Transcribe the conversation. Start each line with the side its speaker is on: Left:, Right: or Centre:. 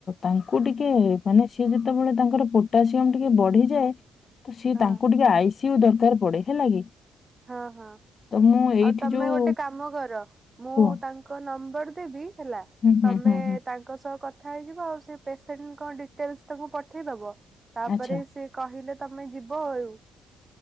Left: ତାଙ୍କୁ ଟିକେ ମାନେ ସିଏ ଯେତେବେଳେ ତାଙ୍କର ପୋଟାସିୟମ ଟିକେ ବଢିଯାଏ ତ ସିଏ
Right: ହଁ
Left: ତାଙ୍କୁ ଟିକେ ଆଇସିୟୁ ଦରକାର ପଡେ ହେଲା କି
Right: ହଁ ହଁ
Left: ତ ମୁଁ ଏଇଠି
Right: ଆଉ ତମେ
Left: ଯୋଉ
Right: ଗୋଟେ କାମ କର ମୁଁ
Left: କୁହ
Right: ତାଙ୍କୁ ତାଙ୍କ ନମ୍ବର ଦେବି ହେଲା
Left: ହୁଁ ହୁଁ
Right: ତମେ
Left: ହୁଁ ହୁଁ
Right: ତା ଙ୍କ ସହ କଥା ହେଇଯିବ ଆଉ ସେ ପେସେଣ୍ଟଙ୍କ ଡିଟେଲସ ତାଙ୍କୁ ପଠେଇଦବ ତାପରେ
Left: ଆଚ୍ଛା।
Right: ସେ କହିଲେ ତମେ ଯିବ ଆଉ।